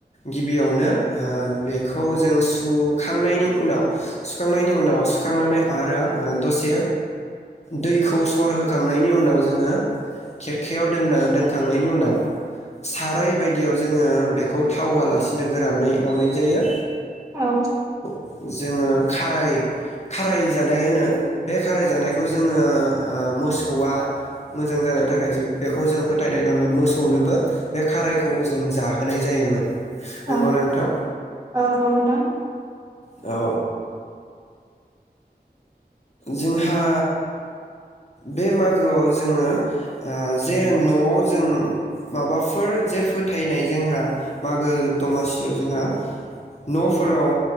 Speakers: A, on the left (about 40°); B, on the right (about 20°).
A: गिबियावनो ओ बेखौजों सुखांनायनि उनाव सुखांनायनि उनाव सुखांनानै आरो ओ दसे दैखौ। अर होखांनायनि उनाव जोङो। खेरखायाव दोनना दोनखांनायनि उनाव। साराय बायदियाव जोङो बेखौ था। थावहोआलासिनो गोरानै एवनाय जायो।
B: औ
A: <unintelligible> खाराय खाराय जानाय होनो बे खाराय जानायखौ जोङो ओ मोसौआ मोजां जानायनि थाखाय जों बेखौ जों फोथायनाय दंमोन मोसौनोबो बे खारायखौ जों जाहोनाय जायोमोन। नंगौना
B: औ
A: नोंथां
B: औ नंगौ नोंथां।
A: अ। जोंहा बे मागोआव जोङो ओ जे न'आव जों माबाफोर जे फोथायनाय जोंहा मागो दमासियाव जोंहा न'फोराव